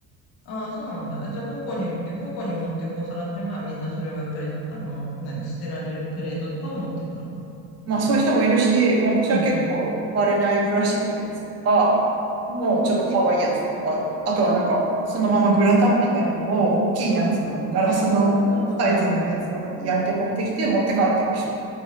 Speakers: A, on the left; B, on the right.
A: ああ、そうなんだ。じゃあ、個々に、え、個々に持ってくお皿っていうのは、みんなそれはやっぱり、あの、何、捨てられるプレートとかを持ってくの
B: まあそういう人もいるし、私は結構割れないプラスチックのやつとか、
A: うん。うー
B: もうちょっと可愛いやつとか、
A: ん、
B: あとはなんかそのままグラタンみたいなのを大きいやつのあのガラスのサイズのやつとかで焼いて持ってきて持って帰っていく人。
A: うん。ああ、なるほど、なるほど。